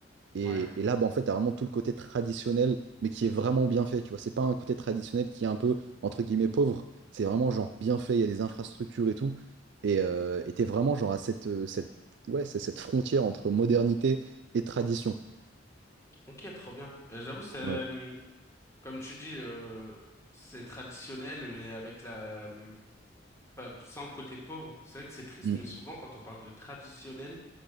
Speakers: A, on the right; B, on the left.
A: Et,
B: Ouais.
A: et là, bah, en fait, tu as vraiment tout le côté traditionnel, mais qui est vraiment bien fait, tu vois. C'est pas un côté traditionnel qui est un peu, entre guillemets, pauvre. C'est vraiment, genre, bien fait, il y a des infrastructures et tout. Et euh, et t'es vraiment, genre, à cette, euh, cette, ouais, c'est cette frontière entre modernité et tradition.
B: Ok, trop bien. Euh, J'avoue, c'est...
A: Ouais,
B: hum, Comme tu dis, euh, c'est traditionnel, mais avec la... hum, pas- sans le côté pauvre. C'est vrai que c'est triste,
A: Mm.
B: mais souvent, quand on parle de traditionnel,